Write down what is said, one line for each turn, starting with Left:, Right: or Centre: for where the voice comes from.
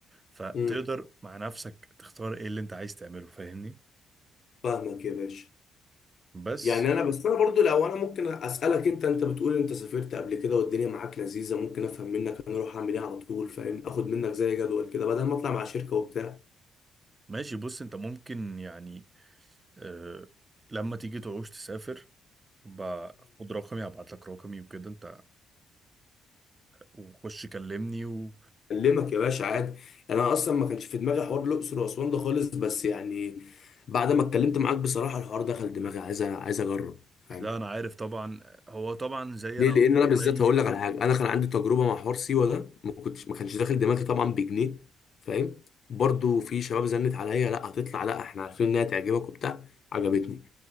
Right: فتقدر
Left: امم
Right: مع نفسك تختار ايه اللي انت عايز تعمله فاهمني
Left: فاهمك يا باشا
Right: بس
Left: يعني انا بس انا برضو لو انا ممكن اسالك انت انت بتقول انت سافرت قبل كده والدنيا معاك لذيذه ممكن افهم منك انا اروح اعمل ايه على طول فاهم اخد منك زي جدول كده بدل ما اطلع مع شركه وبتاع
Right: ماشي بص انت ممكن يعني أه لما تيجي تعوز تسافر باخد رقمي هبعت لك رقمي وكده انت وخش كلمني و...
Left: اكلمك يا باشا عادي يعني انا اصلا ما كانش في دماغي حوار الاقصر واسوان ده خالص بس يعني بعد ما اتكلمت معاك بصراحه الحوار دخل دماغي عايز عايز اجرب فاهم
Right: لا انا عارف طبعا هو طبعا زي
Left: ليه
Right: انا
Left: لان انا بالذات
Right: زي
Left: هقول لك على حاجه انا كان عندي تجربه مع حوار سيوه ده ما كنتش ما كانش داخل دماغي طبعا بجنيه فاهم برضو في شباب زنت عليا لا هتطلع لا احنا عارفين انها تعجبك وبتاع عجبتني